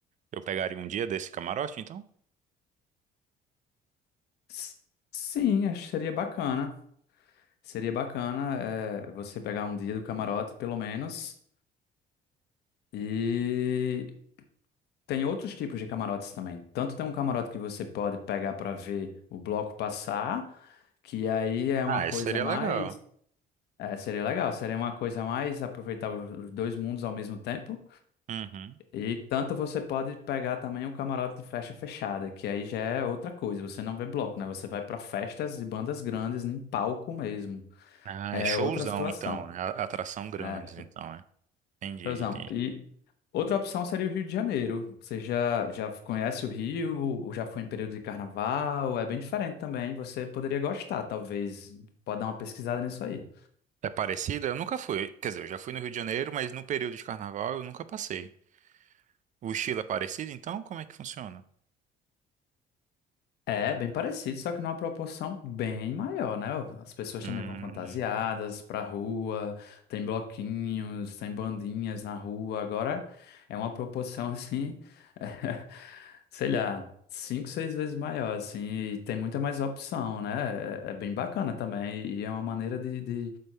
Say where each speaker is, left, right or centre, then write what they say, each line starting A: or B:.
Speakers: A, on the right; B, on the left.
A: eu pegaria um dia desse camarote, então?
B: S- Sim, acho que seria bacana. Seria bacana eh, você pegar um dia do camarote, pelo menos. e Tem outros tipos de camarotes também. Tanto tem um camarote que você pode pegar para ver o bloco passar, que aí é
A: Ah,
B: uma coisa
A: isso seria
B: mais.
A: legal.
B: é, seria legal, seria uma coisa mais aproveitar os os dois mundos ao mesmo tempo.
A: Uhum.
B: E tanto você pode pegar também o camarote de festa fechada, que aí já é outra coisa. Você não vê bloco, né? Você vai para festas e bandas grandes em palco mesmo.
A: Ah,
B: É
A: é showzão
B: outra situação.
A: então, né? A- Atração grandes,
B: É,
A: então, é. Entendi,
B: Razão.
A: entendi.
B: E outra opção seria o Rio de Janeiro. Você já, já conhece o Rio, ou já foi em período de carnaval, é bem diferente também. Você poderia gostar, talvez. Pode dar uma pesquisada nisso aí.
A: É parecido? Eu nunca fui. Quer dizer, eu já fui no Rio de Janeiro, mas no período de carnaval eu nunca passei. O estilo é parecido, então? Como é que funciona?
B: É, bem parecido, só que numa proporção bem maior, né? As pessoas
A: Hum.
B: também vão fantasiadas pra rua, tem bloquinhos, tem bandinhas na rua. Agora é uma proporção assim, <laughs> sei lá, cinco, seis vezes maior, assim, e tem muita mais opção, né? É, é bem bacana também, e é uma maneira de, de